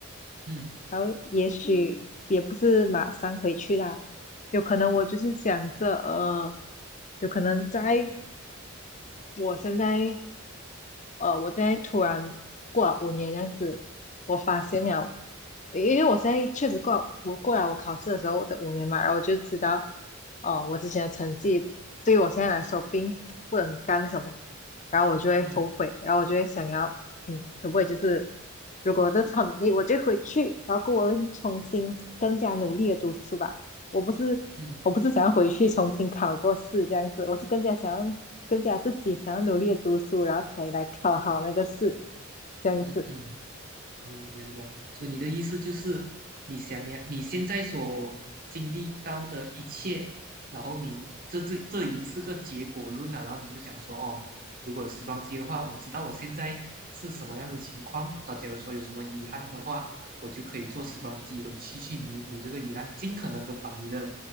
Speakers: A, on the right; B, on the left.
A: 嗯
B: 然后也许也不是马上回去啦。有可能我就是想着，呃，有可能在我现在呃，我现在突然过了五年这样子，我发现了，因为我现在确实过了我过了我考试的时候的五年嘛，然后我就知道，哦、我之前的成绩对于我现在来说并不能干什么，然后我就会后悔，
A: 嗯
B: 然后我就会想要，嗯，可不可以就是如果我这超能力，我就回去，然后过我会重新更加努力的读书吧。我不是我不是想要回去重新考过试这样子，
A: 嗯
B: 我是更加想要更加自己想要努力的读书，然后才来考好那个试，这样子。
A: 嗯嗯。我明白明白，所以你的意思就是，你想要你现在所经历到的一切，然后你这这这已经是个结果论了，然后你就想说，哦，如果有时光机的话，我知道我现在是什么样的情况，那假如说有什么遗憾的话，我就可以坐时光机回去去弥补这个遗憾，尽可能的把你的